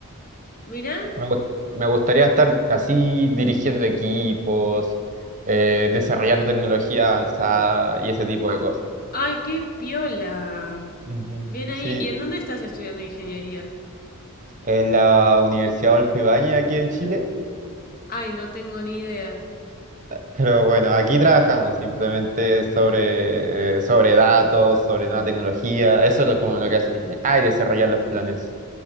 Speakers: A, on the left; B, on the right.
A: Mirá.
B: me, gust- me gustaría estar así dirigiendo equipos, eh, desarrollando tecnología avanzada y ese tipo de cosas.
A: Ay, qué piola.
B: Ujú.
A: Bien ahí.
B: Sí,
A: ¿Y en dónde estás estudiando ingeniería?
B: en la Universidad Adolfo Ibáñez aquí en Chile.
A: Ay, no tengo ni idea.
B: Pero bueno, aquí trabajamos simplemente sobre, eh, sobre datos, sobre nueva tecnología. Eso es lo, como lo que hace un ingeniero. Ah, y desarrollar los planes.